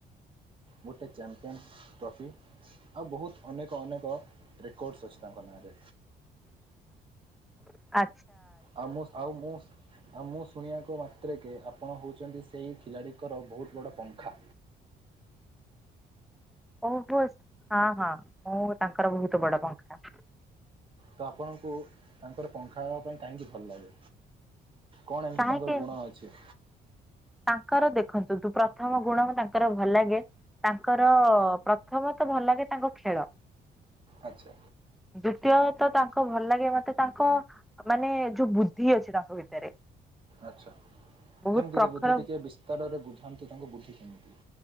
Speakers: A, on the right; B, in the centre.
A: ଗୋଟେ ଚାମ୍ପିୟାନ ଟ୍ରଫି ଆଉ ବହୁତ ଅନେକ ଅନେକ ରେକର୍ଡ଼ସ୍ ଅଛି ତାଙ୍କ ନାଁରେ।
B: <inaudible> ଆ
A: ଆମସ ଆଉ ମୁସ ଆ ମୁସ ଶୁଣିବାକୁ ମାତ୍ରେକ ଆପଣ ହଉଚନ୍ତି ସେଇ ଖିଲାଡ଼ିଙ୍କର ବହୁତ ବଡ଼ ପଙ୍ଖା।
B: ଓହୋ, ହଁ, ହଁ, ମୁଁ ତାଙ୍କର ବହୁତ ବଡ ପଙ୍ଖା।
A: ତ ଆପଣଙ୍କୁ ତାଙ୍କର ପଙ୍ଖା ହେବା ପାଇଁ କାହିଁକି ଭଲ ଲାଗେ? କଣ ଏମିତି
B: କାହିଁକି
A: ତାଙ୍କର ଗୁଣ ଅଛି?
B: ତାଙ୍କର ଦେଖନ୍ତୁ ଦୁ-ପ୍ରଥମ ଗୁଣ ତାଙ୍କର ଭଲ ଲାଗେ ତାଙ୍କର ପ୍ର ପ୍ରଥମତଃ ଭଲ ଲାଗେ ତାଙ୍କ ଖେଳ।
A: ଆଚ୍ଛା
B: ଦ୍ଵୁତୀୟ ତ ତାଙ୍କ ଭଲ ଲାଗେ ମୋତେ ତାଙ୍କ ମାନେ ଯୋଉ ବୁଦ୍ଧି ଅଛି ତାଙ୍କ ଭିତରେ।
A: ଆଚ୍ଛା
B: ବହୁତ
A: କେମତି
B: ପ୍ରଖର
A: କା ବୁଦ୍ଧି ଟିକେ ବିସ୍ତାରରେ ବୁଝାନ୍ତୁ ତାଙ୍କ ବୁଦ୍ଧି କେମିତି।